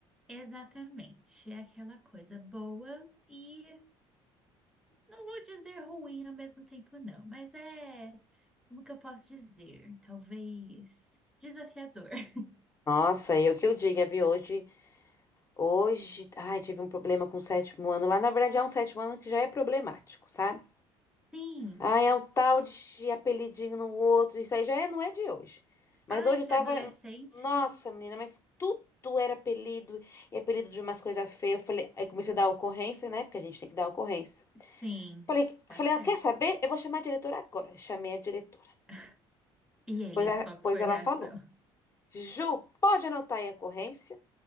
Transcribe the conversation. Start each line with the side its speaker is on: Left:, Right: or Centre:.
Centre: Exatamente. É aquela coisa boa e não vou dizer ruim ao mesmo tempo, não, mas é, como que eu posso dizer? Talvez desafiador. <laughs>
Left: Nossa, e o que eu diga, viu? Hoje, hoje, ai, tive um problema com o sétimo ano lá. Na verdade, é um sétimo ano que já é problemático, sabe?
Centre: Sim.
Left: Ah, é um tal de apelidinho no outro. Isso aí já é- não é de hoje. Mas
Centre: Ai,
Left: hoje eu
Centre: para
Left: tava.
Centre: adolescente,
Left: Nossa,
Centre: né?
Left: menina, mas tudo era apelido. E apelido de umas coisas feias. Eu falei, aí comecei a dar ocorrência, né? Porque a gente tem que dar ocorrência.
Centre: Sim,
Left: Falei,
Centre: tá
Left: falei,
Centre: certo.
Left: ah, quer saber? Eu vou chamar a diretora agora. Chamei a diretora.
Centre: <laughs> E eles,
Left: Pois, a-
Centre: qual
Left: pois
Centre: que foi
Left: ela
Centre: a reação?
Left: falou: Ju, pode anotar aí a ocorrência?